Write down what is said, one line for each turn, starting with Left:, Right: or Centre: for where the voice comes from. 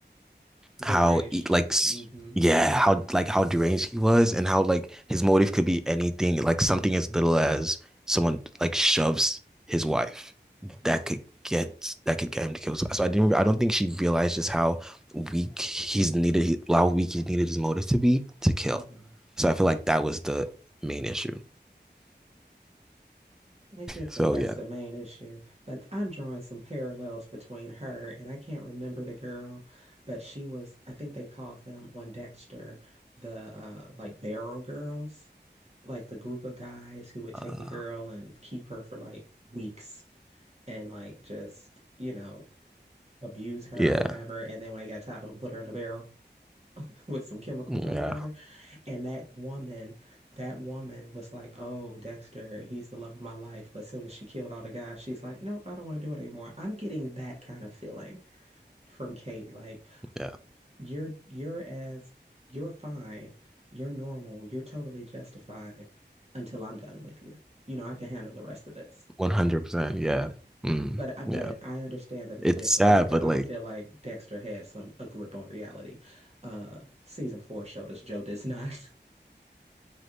Right: Deranged.
Centre: how e- like
Right: hmm
Centre: yeah how like how deranged he was and how like his motive could be anything like something as little as someone like shoves his wife
Right: Yeah.
Centre: that could get that could get him to kill so, so I didn't I don't think she realized just how weak he's needed how weak he needed his motive to be to kill
Right: Mhm.
Centre: so I feel like that was the main issue
Right: I get
Centre: so
Right: that that's
Centre: yeah
Right: the main issue, but I'm drawing some parallels between her and I can't remember the girl, but she was, I think they called them on Dexter the uh like barrel girls, like the group of guys who would
Centre: uh
Right: take a girl and keep her for like weeks and like just, you know, abuse her
Centre: yeah
Right: or whatever. And then when they got tired of them, put her in a barrel <laughs> with some chemicals
Centre: yeah
Right: or whatever. And that woman, that woman was like, "Oh, Dexter, he's the love of my life." But as soon as she killed all the guys, she's like, "Nope, I don't want to do it anymore." I'm getting that kind of feeling from Kate. Like
Centre: yeah
Right: you're you're as you're fine, you're normal, you're totally justified until I'm done with you. You know, I can handle the rest of this.
Centre: 100% yeah mm,
Right: But I, but
Centre: yeah
Right: I understand that it's
Centre: it's
Right: different
Centre: sad
Right: because
Centre: but
Right: I
Centre: like
Right: feel like Dexter had some a grip on reality. Uh, season four showed us Joe does not. <laughs>